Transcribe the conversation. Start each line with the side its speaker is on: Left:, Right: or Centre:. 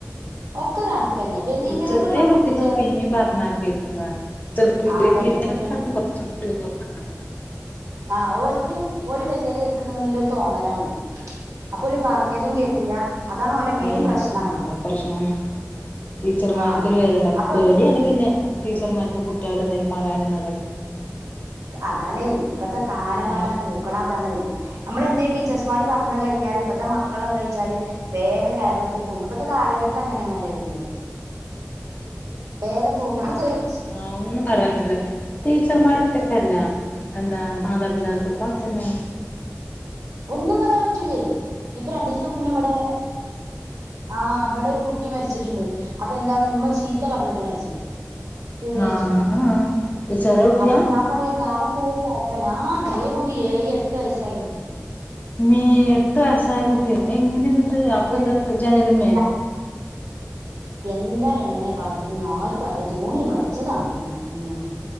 Right: ഒക്കെ കണക്കന്നെ വല്യറ്റങ്ങൾക്ക്
Left: ചെറിയ
Right: ഇപ്പ
Left: കുട്ടികൾ
Right: ചെറി
Left: പിന്നെയും പറഞ്ഞാ കേക്കുന്നേ <unintelligible>
Right: ആ അതന്നെ വെ- ആ ഓൽക്ക് ഓല് വല്യതായ്ക്ക്ണ് ന്നുള്ളൊരു തോന്നലാണ് അപ്പോല് പറഞ്ഞതും കേക്കൂല അതാണ് ഓലെ
Left: എന്നെ
Right: മെയിൻ പ്രശ്നം അതാണ്
Left: അട്ത്തർശ്നം ടീച്ചർമാർക്കൊരു
Right: ആ
Left: വെലണ്ടപ്പം
Right: അപ്പൊ
Left: പേടിയാണ്ട്
Right: ഓൽക്ക്
Left: പിന്നെ ടീച്ചർമാർക്ക്
Right: എ-
Left: കുട്ടിയാളതിൻ പറയാതന്ന
Right: അതാാണ് ഇപ്പത്തെ കാലം
Left: ആഹ്
Right: പറയ്ണ പൂക്കളം അതാണ് മ്മൾ ന്തേം ടീച്ചേഴ്സ്മാര് പറഞ്ഞ് കഴിഞ്ഞാൽ ഇപ്പത്തെ മക്കളെന്താ യ്ച്ചാല് വേഗം കയറെടുത്ത് തൂങ്ങും ഇപ്പത്തെ കാലഘ ഘട്ടങ്ങനെയാണല്ലെ വര്ണത് വേഗം തൂങ്ങും <unintelligible>
Left: ആഹ് ഒന്നും പറയാൻറ്റില്ല ടീച്ചർമാർകെക്കെ അല്ലാ ന്താ മതാപിതാക്കൾക്കുങ്‌ത്തന്നെ
Right: ഒന്നും പറയാൻ പറ്റൂലെ ഇപ്പൊ രണ്ടീസം മുന്നേ ഇവ്ടെ ആഹ് ഇവടെ ഒരു കുട്ടി മരിച്ചിട്ട്ണ്ട് അപ്പൊ എന്താണ് ഉമ്മ ചീത്ത പറഞ്ഞട്ട് മരിച്ചതാ തൂങ്ങിര്ച്ചക്ക
Left: ആഹ് ആഹ് ചെറിയ കുട്ടിയാ
Right: അപ്പൊ ഞാൻ പറയാ കാലം പോയ പോക്കേ ആഹ് ഈ കുട്ടി ഏഴ് എട്ട് വയസ്സായ കുട്ടിയ
Left: മീ എട്ടു വയസ്സായ കുട്ടിയോ എങ്ങനെ എന്നിട്ട് അപ്പൊ എന്താ
Right: എട്ട്
Left: ജനലിമ്മേ
Right: ല്ല എന്താ എങ്ങനെ കാട്ടിയതയെന്ന് ആർക്കും അഅറിഞ്ഞൂട തൂങ്ങി മരിച്ചതാണന്ന് അറിഞ്ഞു ഞാൻ